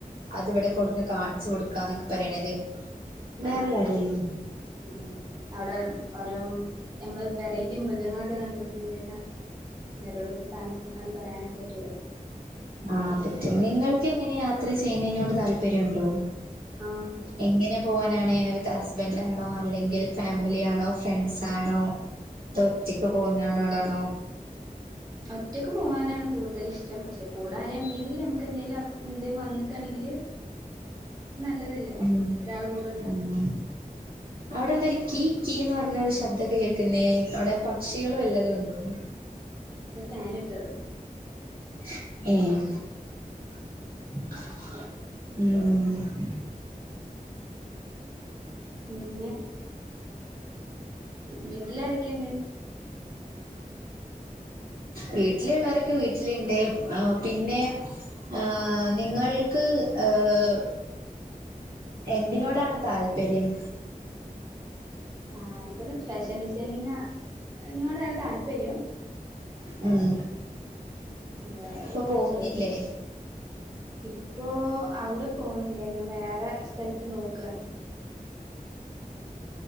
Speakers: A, on the right (about 80°); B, on the right (about 25°).
A: അത് ഇവിടെ
B: ഉം
A: കൊടുന്ന് കാണിച്ച് കൊട്ക്കാന്നൊക്കെ പറയണത് വേറെ
B: ആഹ്
A: കാര്യല്ലേ
B: ഉം ഉം അവിടെ ഓരോ നമ്മള് വെറൈറ്റി മൃഗങ്ങളൊക്കെ കണ്ടിട്ടുണ്ടെങ്കിലൊ എന്തരോടും കാണിച്ചുകൊടുക്കാനും പറയാനും പറ്റൂല്ലേ
A: ആഹ് പറ്റും നിങ്ങൾക്ക് എങ്ങനെയാ യാത്ര ചെയ്യുന്നതിനോട് താല്പര്യണ്ടോ
B: ആഹ്
A: എങ്ങനെ പോവാനാണ് വിത്ത് ഹസ്ബൻഡ ആണോ അല്ലെങ്കിൽ ഫാമിലിയാണോ ഫ്രണ്ട്സാണോ തോ ഒറ്റക്ക് പോവുന്നോടാണോ
B: ഒറ്റക്ക് പോവാനാണ് കൂടുതൽ ഇഷ്ടം പക്ഷെ കൂടാ എന്തേലും നമുക്ക് എന്തെങ്കിലും എന്തേും വന്നിക്കാണെങ്കിൽ നല്ലതല്ലേ
A: ഉം
B: ഒരാൾ കൂടെള്ള
A: ഉം അവിടെ എന്ത ഒരു കീ കീന്ന് പറഞ്ഞൊരു ശബ്ദം കേൾക്കുന്നേ അവിടെ പക്ഷികൾ വല്ലതുണ്ടോന്ന്
B: ത് ഫാനിയിട്ടത്
A: ഏഹ് ഉം ഉം
B: പിന്നെ വീട്ടിലാരോക്കെണ്ട്
A: വീട്ടിലുള്ളരൊക്കെ വീട്ടിലുണ്ട് ആഹ് പിന്നെ ആഹ് നിങ്ങൾക്ക് ഏഹ് എന്തിനോടാണ് താല്പര്യം
B: താല്പര്യം ഫാഷൻ ഡിസൈനിങ് ന്നോടാണ് താല്പര്യം
A: ഉം
B: ആഹ്
A: ഇപ്പൊ പോകുന്നില്ലേ
B: ജോലി ഇപ്പോ അവിടെ പോണില്ല ഞാൻ വേറെ സ്ഥലത്ത് നോക്കാണ്